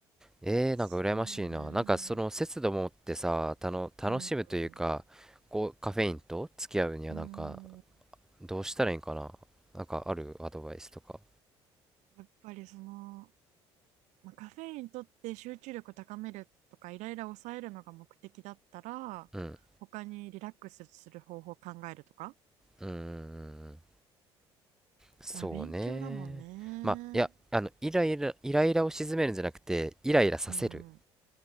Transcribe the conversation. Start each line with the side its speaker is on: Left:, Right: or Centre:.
Centre: えー、
Right: そうね。
Centre: なんか羨ましいな。なんかその節度を持ってさ、たの、楽しむというか、
Right: うん。
Centre: こう、カフェインと付き合うにはなんか、
Right: うん。
Centre: どうしたらいいんかななんかあるアドバイスとか。
Right: やっぱりその、まあ、カフェインとって集中力高めるとかイライラ抑えるのが目的だったら、
Centre: うん。
Right: 他にリラックスする方法を考えるとか。
Centre: うーん。そうね。
Right: まあ勉強だもんね。
Centre: まあ、いや、あの、イライラ、イライラを鎮めるんじゃなくて、イライラさせる。
Right: うんうん。